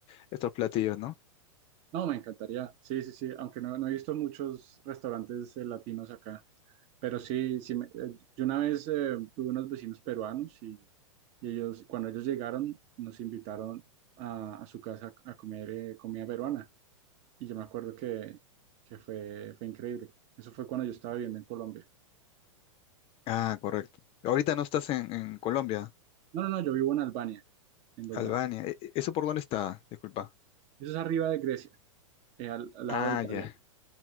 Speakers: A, on the left; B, on the right.
A: estos platillos, ¿no?
B: No, me encantaría. Sí, sí, sí. Aunque no, no he visto muchos restaurantes eh, latinos acá. Pero sí, sí me- eh, yo una vez eh, tuve unos vecinos peruanos y, y ellos, cuando ellos llegaron, nos invitaron a, a su casa a comer eh, comida peruana. Y yo me acuerdo que, que fue, fue increíble. Eso fue cuando yo estaba viviendo en Colombia.
A: Ah, correcto. Ahorita no estás en, en Colombia,
B: No, no, no, yo vivo en Albania, en los
A: Albania.
B: barcos.
A: E- e- ¿Eso por dónde está? Disculpa.
B: Eso es arriba de Grecia, eh, al, al lado
A: Ah,
B: de Italia.
A: ya.